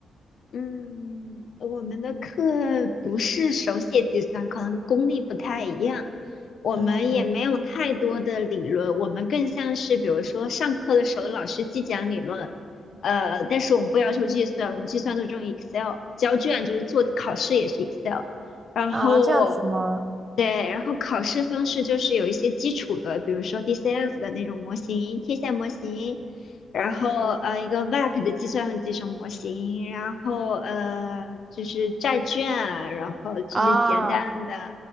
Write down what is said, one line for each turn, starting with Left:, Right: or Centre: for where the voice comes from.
Left: 嗯，我们的课不是手写计算，可能功力不太一样。我们也没有太多的理论，
Right: 嗯
Left: 我们更像是比如说上课的时候老师既讲理论，呃，但是我们不要求计算，我们计算都是用 Excel，交卷就是做考试也是 Excel，然后
Right: 啊，这样子吗？
Left: 对，然后考试方式就是有一些基础的，比如说 DCF 的那种模型、贴现模型。然后呃一个
Right: 嗯哼
Left: VAC 的计算的这种模型，然后呃就是债券啊，然后这些简单的，
Right: 啊，
Left: 然